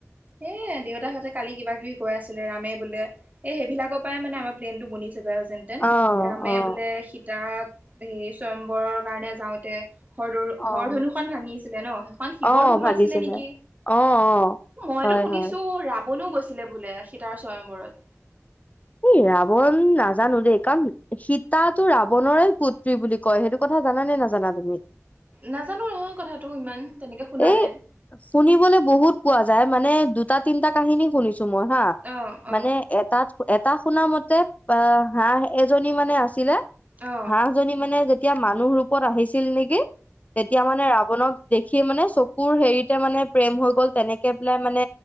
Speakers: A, on the right; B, on the left.
A: এই এ দেউতাহঁতে কালি কিবা কিবি কৈ আছিলে ৰামে বোলে, এ সেইবিলাকৰ পৰাই মানে আমাৰ প্লেনটো বনিছেগৈ আও যেন তেন,
B: অ',
A: ৰামে
B: অ',
A: বোলে সীতাক হেৰি সয়ম্বৰৰ কাৰণে যাওঁতে হৰৰ
B: অ',
A: হৰ ধনুখন ভাঙিছিলে ন? সেইখন শিৱৰ
B: অ',
A: ধনু
B: ভাগিছিলে
A: আছিলে নেকি?
B: অ', অ'।
A: মইতো
B: হয়,
A: শুনিছোঁ
B: হয়,
A: ৰাৱণো গৈছিলে বোলে, সীতাৰ সয়ম্বৰত।
B: এই ৰাৱণ নাজানো দেই, কাৰণ সীতাতো ৰাৱণৰে পুত্ৰী বুলি কয়, সেইটো কথা জানানে নাজানা তুমি?
A: নাজানো নহয় কথাটো ইমান, তেনেকে শুনা
B: এই
A: নাই।
B: শুনিবলৈ বহুত পোৱা যায়, মানে দুটা, তিনটা কাহিনী শুনিছোঁ মই হয়
A: অ', অ।
B: এটাত, এটা শুনা মতে, পা হাঁহ এজনী মানে আছিলে,
A: অ
B: হাঁহ জনী মানে যেতিয়া মানুহ ৰূপত আহিছিল নেকি তেতিয়া মানে ৰাৱণক সে মানে চকুৰ হেৰিতে মানে প্ৰেম হৈ গ'ল তেনেকে পেলাই মানে